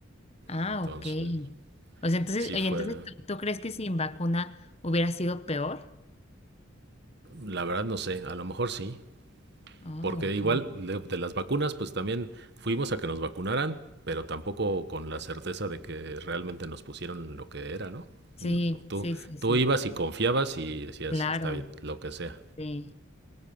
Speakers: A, on the left (about 30°); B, on the right (about 55°).
A: Ah,
B: Entonces,
A: ok. O sea, entonces,
B: sí
A: oye,
B: fue,
A: entonces, ¿tú, tú crees que sin vacuna hubiera sido peor?
B: la verdad no sé, a lo mejor sí,
A: Ah,
B: Porque
A: ok.
B: igual de, de las vacunas, pues también fuimos a que nos vacunaran, pero tampoco con la certeza de que realmente nos pusieron lo que era, ¿no?
A: Sí,
B: Mm, Tú,
A: sí, sí,
B: tú
A: sí.
B: ibas y confiabas y decías,
A: Claro.
B: está bien, lo que sea.
A: Sí.